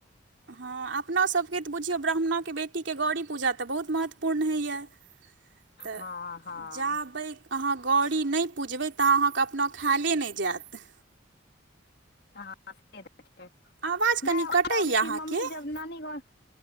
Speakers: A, on the right; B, on the left.
A: हँ अपना सबके तऽ बुझियौ ब्राह्मणाके बेटीके गौड़री पूजा तऽ बहुत महत्वपूर्ण होइए। तऽ
B: हँ हँ
A: जाबै। अहाँ गौड़ी नहि पुजबै ता अहाँके अपना खायले नहि जायत।
B: हँ से तऽ छै,
A: आवाज
B: नहि
A: कनि कटैए
B: ओ
A: अहाँके
B: मम्मी जब नानी गांव